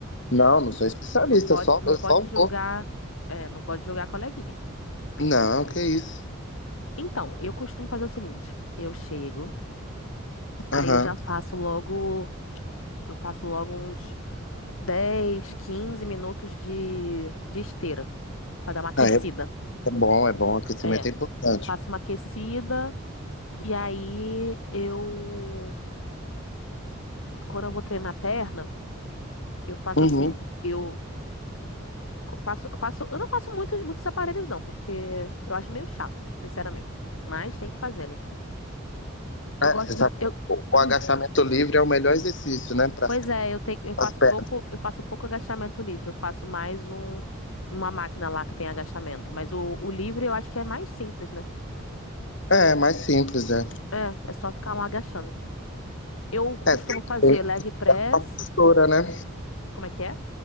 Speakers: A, on the left; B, on the left.
A: Não,
B: Não,
A: não sou especialista,
B: não pode,
A: eu só,
B: não
A: eu
B: pode
A: só
B: julgar,
A: vou.
B: é, não pode julgar a coleguinha.
A: Não, que isso.
B: Então, eu costumo fazer o seguinte: eu chego, aí
A: Aham.
B: eu já faço logo, eu faço logo uns 10, 15 minutos de, de esteira pra dar uma aquecida.
A: Ah, é, é bom, é bom. Aquecimento
B: É.
A: é importante.
B: Eu faço uma aquecida e aí eu, quando eu vou treinar a perna, eu faço
A: Uhum.
B: assim. Eu Co- Faço, faço, eu não faço muitos, muitos aparelhos, não, porque eu acho meio chato, sinceramente. Mas tem que fazer, né? Eu
A: É,
B: gosto
A: você
B: de.
A: sabe,
B: Eu,
A: o,
B: <clears throat>
A: o agachamento livre é o melhor exercício, né? Para
B: pois
A: as
B: é, eu, tenho, eu faço
A: pernas.
B: pouco, eu faço pouco agachamento livre. Eu faço mais um, uma máquina lá que tem agachamento. Mas o, o livre eu acho que é mais simples, né?
A: É, mais simples, é.
B: É, é só ficar lá agachando. Eu costumo
A: É, tem
B: fazer
A: que ter
B: leg press.
A: cuidado com a postura, né?
B: Como é que é?